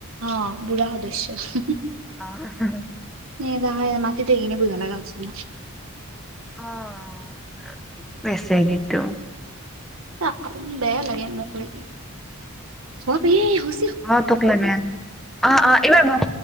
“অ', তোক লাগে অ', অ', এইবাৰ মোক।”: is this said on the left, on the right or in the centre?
Centre